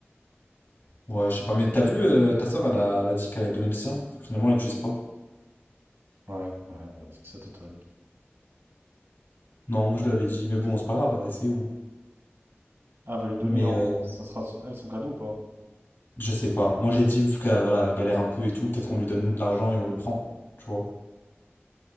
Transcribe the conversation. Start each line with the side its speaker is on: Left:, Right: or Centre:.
Left: Ouais, je sais pas, mais t'as vu, euh, ta soeur, elle a, elle a dit qu'elle allait donner le sien, parce que finalement, elle l'utilise pas.
Right: Ouais, ouais, bah, est-ce que ça t'étonne?
Left: Non, moi je l'avais dit, mais bon, c'est pas grave, elle a essayé au moins.
Right: Ah, va lui donner
Left: Mais
Right: en.
Left: euh,
Right: Ça sera son- elle son cadeau ou pas?
Left: je sais pas, moi j'ai dit, vu qu'elle voilà, elle galère un peu et tout, peut-être qu'on lui donne nous de l'argent et on le prend, tu vois.